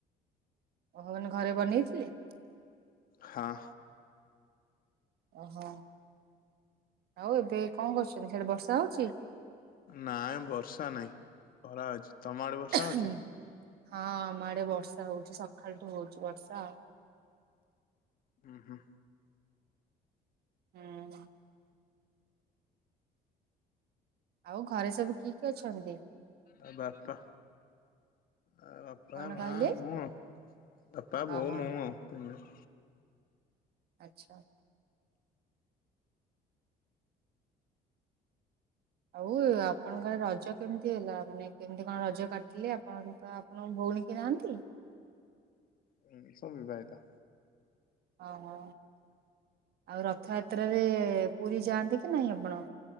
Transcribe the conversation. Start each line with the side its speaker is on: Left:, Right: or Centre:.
Right: ଓହୋ ଏଇନେ ଘରେ ବନେଇଥିଲେ?
Left: ହଁ।
Right: ଓହୋ ଆଉ ଏବେ କଣ କରୁଛନ୍ତି। ସେଆଡେ଼ ବର୍ଷା ହଉଛି?
Left: ନାଇଁ ବର୍ଷା ନାହିଁ ଖରା ହଉଛି। ତମ ଆଡେ ବର୍ଷା?
Right: ହୁଁ
Left: ହଉଛି?
Right: ହଁ ଆମ ଆଡେ ବର୍ଷା ହଉଛି ସକାଳଠୁ ହଉଛି ବର୍ଷା ଆଉ।
Left: ହୁଁ ହୁଁ।
Right: ହୁଁ। ଆଉ ଘରେ ସବୁ କିଏ କିଏ ଅଛନ୍ତି?
Left: ଆ ବାପା ଆ ବା ବାପା
Right: କଣ
Left: ମା
Right: କହିଲେ
Left: ମୁଁ ବାପା ବୋଉ
Right: ଓହୋ
Left: ମୁଁ ଆଉ ତିନ ଜଣ।
Right: ଆଚ୍ଛା। ଆଉ ଆପଣଙ୍କର ରଜ କେମିତି ହେଲା ମାନେ କେମିତି କଣ ରଜ କାଟିଲେ ଆପଣ ତ ଆପଣଙ୍କ ଭଉଣୀ କେହି ନାହାନ୍ତି?
Left: ହଁ ସବୁ ବିବାହିତା
Right: ଓହୋ ଆଉ ରଥଯାତ୍ରାରେ ପୁରୀ ଯାଆନ୍ତି କି ନାହିଁ ଆପଣ?